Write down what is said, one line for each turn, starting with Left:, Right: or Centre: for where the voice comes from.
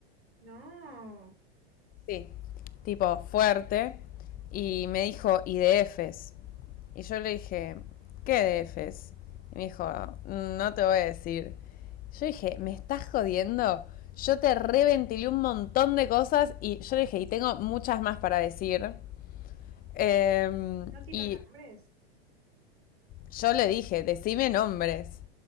Right: no.
Left: Sí, tipo fuerte. Y me dijo, ¿y DFs? Y yo le dije, ¿qué DFs? Y me dijo, no te voy a decir. Yo dije, ¿me estás jodiendo? Yo te reventilé un montón de cosas y yo le dije, y tengo muchas más para decir. Eh,
Right: No tiró
Left: y
Right: nombres.
Left: yo le dije, decime nombres.